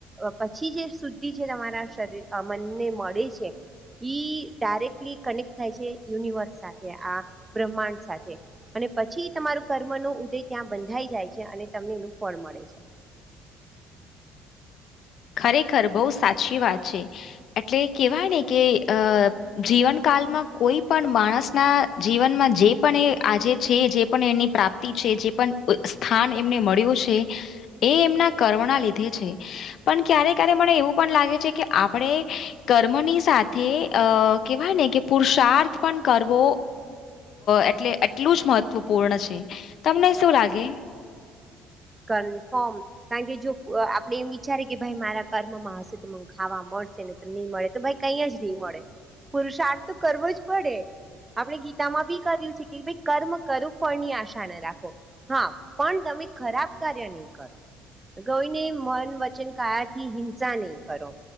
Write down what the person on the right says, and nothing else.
પછી જે સુધી જે તમારા શરીર આ મનને મળે છે. ઈ ડાયરેક્ટલી કનેક્ટ થાય છે યુનિવર્સ સાથે આ બ્રહ્માંડ સાથે અને પછી તમારું કર્મ ન ઉદય ત્યાં બંધાઈ જાય છે અને તમને એનું ફળ મળે છે.
કનફર્મ કારણ કે જો આપડે એમ વિચારે કે ભાઈ મારા કર્મમાં હશે તો મને ખાવા મળશેને નહી મળે તો ભાઈ કઈ જ નહી મળે પુરુષાર્થ તો કરવો જ પડે. આપણે ગીતામાં બી કર્યું છે કે ભાઈ કર્મ કરો ફની આશા ન રાખો હા પણ તમે ખરાબ કાર્ય નહી કરો. ગઈને મન વચન કાયાથી હિંસા નહી કરો.